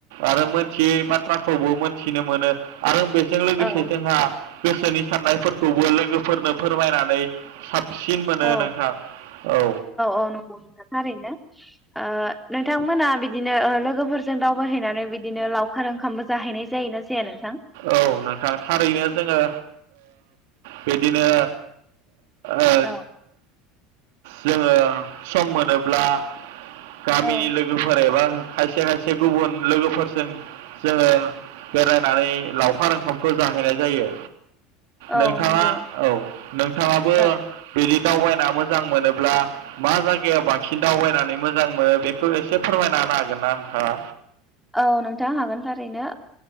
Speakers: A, on the right; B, in the centre.
A: आरो मोनथियै बाथ्राखौबो मोनथिनो मोनो आरो बे जों लोगोसे
B: औ
A: जोंहा गोसोनि साननायफोरखौबो लोगोफोरनो फोरमायनानै सिन मोनो
B: औ
A: नोंथां औ
B: औ नंगौ नोंथां थारैनो ओ नोंथांमोना बिदिनो बिदिनो लोगोफोरजों दावबायहैनानै बिदिनो लावखार ओंखामबो जाहैनाय जायो ना जाया नोंथां
A: औ नोंथां थारैनो जोंङो बिदिनो ओ
B: औ
A: जोंङो सम मोनोब्ला गामिनि
B: औ
A: लोगोफोर एबा खायसे खायसे गुबुन लोगोफोरजों जोंङो बेेराय नानै लावखार ओंखामखौ जाहैनाय जायो
B: औ
A: नोंथाङा
B: नंगौ
A: औ नोंथाङाबो
B: औ
A: बिदि दावबायना मोजां मोनोब्ला मा जायगायाव बांसिन दावबायनानै मोजां मोनो बेखौ एसे फोरमायना हागोन ना नोंथाङा
B: औ नोंथां हागोन थारैनो